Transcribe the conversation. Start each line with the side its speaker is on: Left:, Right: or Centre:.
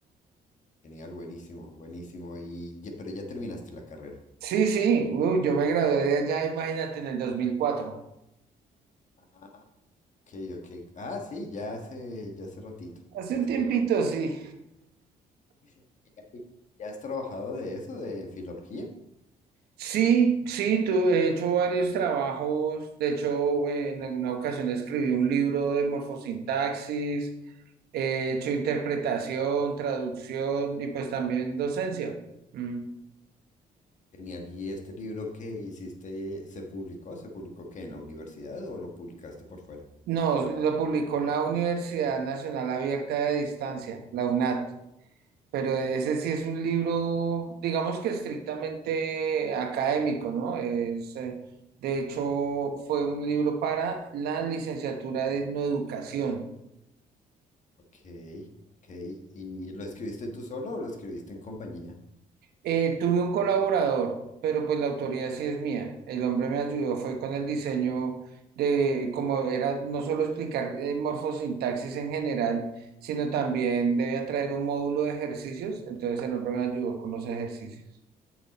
Left: Genial, buenísimo, buenísimo. Y, ye- pero ya terminaste la carrera.
Right: Sí, sí, uy, yo me gradué de allá, imagínate, en el 2004.
Left: Ah, ok, ok. Ah, sí, ya hace, ya hace ratito,
Right: Hace
Left: ya
Right: un
Left: hace
Right: tiempito,
Left: ratito.
Right: sí.
Left: ¿Y <laughs> ¿Ya has trabajado de eso, de filología?
Right: Sí, sí, tu- he hecho varios trabajos. De hecho, eh, en alguna ocasión escribí un libro de morfosintaxis, he hecho interpretación, traducción y pues también docencia. Mm.
Left: Genial. ¿Y este libro que hiciste, se publicó? ¿Se publicó qué? ¿En la universidad o lo publicaste por fuera?
Right: No, lo publicó la Universidad Nacional Abierta de Distancia, la UNAD. Pero ese sí es un libro, digamos que estrictamente académico, ¿no? Es, eh, de hecho, fue un libro para la licenciatura de etnoeducación.
Left: Ok, ok. ¿Y lo escribiste tú solo o lo escribiste en compañía?
Right: Eh, tuve un colaborador, pero pues la autoría sí es mía. El hombre me ayudó, fue con el diseño de cómo era no solo explicar eh, morfosintaxis en general, sino también debía traer un módulo de ejercicios. Entonces el hombre me ayudó con los ejercicios.